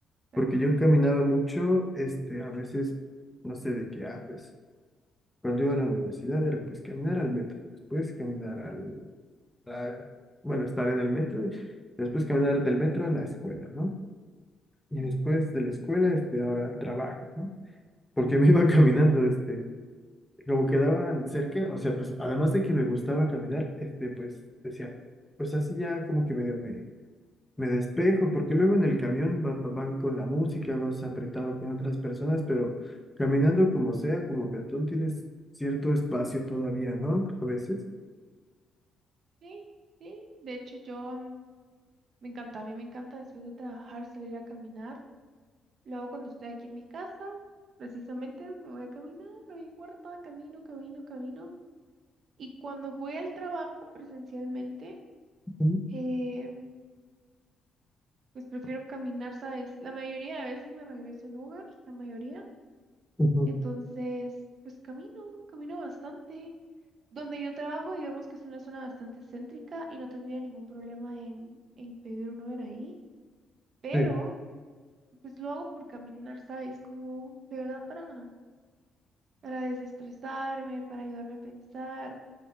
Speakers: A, on the right (about 60°); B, in the centre.
A: exacto.
B: porque yo caminaba mucho, este, a veces, no sé de qué, ah, pues. Cuando iba a la universidad era pues caminar al metro, después caminar al, a- bueno, estar en el metro, y después caminar del metro a la escuela, ¿no? Y
A: Mm,
B: después de la escuela, este, ahora al trabajo, ¿no? Porque
A: mm.
B: me iba <laughs> caminando, este, como quedaban cerca, o sea, pues además de que me gustaba caminar, este, pues decía, pues así ya como que medio me me despejo, porque luego en el camión va- va- van con la música, vas apretado con otras personas, pero caminando como sea, como peatón, tienes cierto espacio todavía, ¿no? A veces.
A: Sí, sí. De hecho, yo... mm, Me encanta, a mí me encanta después de trabajar salir a caminar. Luego cuando estoy aquí en mi casa, precisamente me voy a caminar, no me importa, camino, camino, camino. Y cuando voy al trabajo presencialmente,
B: Ujú,
A: em, pues prefiero caminar, ¿sabes? La mayoría de veces me regreso en Uber, la mayoría.
B: ujú.
A: Entonces, pues camino, camino bastante. Donde yo trabajo, digamos que es una zona bastante céntrica y no tendría ningún problema en, en pedir un Uber ahí. Pero...
B: Sí.
A: pues lo hago por caminar, ¿sabes? Como de verdad para, para desestresarme, para ayudarme a pensar,